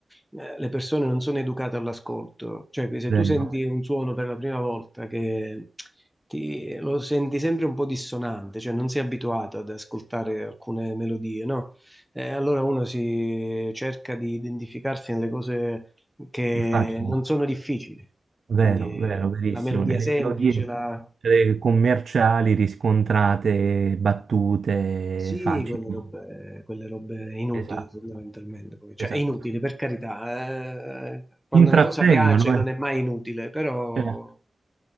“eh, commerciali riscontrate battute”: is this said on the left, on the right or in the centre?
Right